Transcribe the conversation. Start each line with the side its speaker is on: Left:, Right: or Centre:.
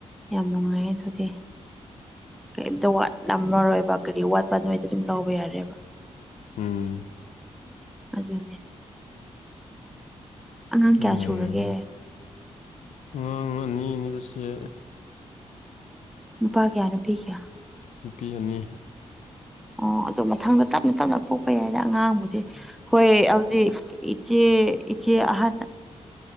Centre: ꯌꯥꯝ ꯅꯨꯡꯉꯥꯏꯌꯦ ꯑꯗꯨꯗꯤ ꯀꯩꯝꯇ ꯋꯥꯠꯂꯝꯃꯔꯣꯏꯕ ꯀꯔꯤ ꯋꯥꯠꯄ ꯅꯣꯏꯗ ꯑꯗꯨꯝ ꯂꯧꯕ ꯌꯥꯔꯦꯕ
Left: ꯎꯝ
Centre: ꯑꯗꯨꯅꯤ ꯑꯉꯥꯡ
Left: ꯑꯗꯨꯝ
Centre: ꯀꯌꯥ
Left: ꯂꯩꯔꯝꯅꯤ
Centre: ꯁꯨꯔꯒꯦ
Left: ꯑꯉꯥꯡ ꯑꯅꯤꯅꯤꯗꯁꯦ
Centre: ꯅꯨꯄꯥ ꯀꯌꯥ ꯅꯨꯄꯤ ꯀꯌꯥ
Left: ꯅꯨꯄꯤ ꯑꯅꯤ
Centre: ꯑꯣ ꯑꯗꯣ ꯃꯊꯪꯗ ꯇꯞꯅ ꯇꯞꯅ ꯄꯣꯛꯄ ꯌꯥꯏꯗ ꯑꯉꯥꯡꯕꯨꯗꯤ ꯍꯣꯏ ꯍꯧꯖꯤꯛ ꯏꯆꯦ ꯏꯆꯦ ꯑꯍꯥꯟꯅ